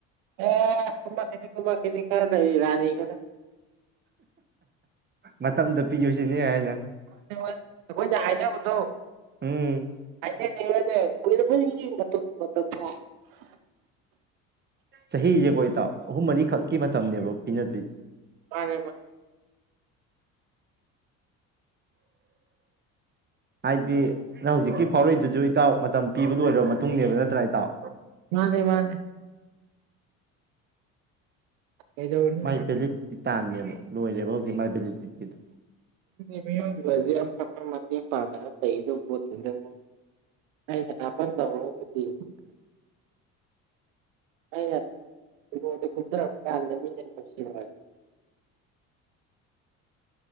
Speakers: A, on the right (about 75°); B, on the right (about 25°).
A: ꯍ ꯀꯨꯝꯃꯛꯈꯤꯅꯤ ꯀꯨꯝꯃꯛꯈꯤꯅꯤ ꯈꯔꯗ ꯔꯥꯅꯤ ꯈꯔ
B: ꯃꯇꯝꯗ ꯄꯤꯁꯤꯅꯦ ꯍꯥꯏꯅ
A: ꯃꯥꯅꯤ ꯃꯥꯅꯤ ꯑꯩꯈꯣꯏꯅ
B: ꯎꯝ
A: ꯍꯥꯏꯅꯕꯗꯣ ꯍꯥꯏ ꯅꯦ ꯎ <unintelligible>
B: ꯆꯍꯤꯁꯦ ꯀꯣ ꯏꯇꯥꯎ ꯑꯍꯨꯝ ꯃꯔꯤꯈꯛꯀꯤ ꯃꯇꯝꯅꯤꯅꯦꯕ ꯄꯤꯅꯗꯦ
A: ꯃꯥꯅꯦ ꯃꯥꯅꯦ
B: ꯍꯥꯏꯗꯤ ꯅꯪ ꯍꯧꯖꯤꯛꯀꯤ ꯐꯥꯎꯔꯛꯏꯗꯨꯁꯨ ꯏꯇꯥꯎ ꯃꯇꯝ ꯄꯤꯕ ꯂꯣꯏꯔ ꯃꯇꯨꯡꯅꯦꯕ ꯅꯠꯇ꯭ꯔꯥ ꯏꯇꯥꯎ꯫
A: ꯃꯥꯅꯦ - ꯃꯥꯅꯦ꯫ ꯀꯩꯗꯧꯔꯨꯅꯤ
B: ꯃꯥꯏ
A: ꯍꯥ
B: ꯚꯦꯂꯤꯗꯤꯇꯤ ꯇꯥꯝꯅꯦꯕ ꯂꯣꯏꯔꯦꯕ ꯍꯧꯖꯤꯛ ꯃꯥꯥꯏ ꯚꯦꯂꯤꯗꯤꯇꯤꯗꯣ꯫
A: ꯑꯗꯨꯗꯤ ꯃꯤꯑꯣꯏꯕꯁꯦ <unintelligible>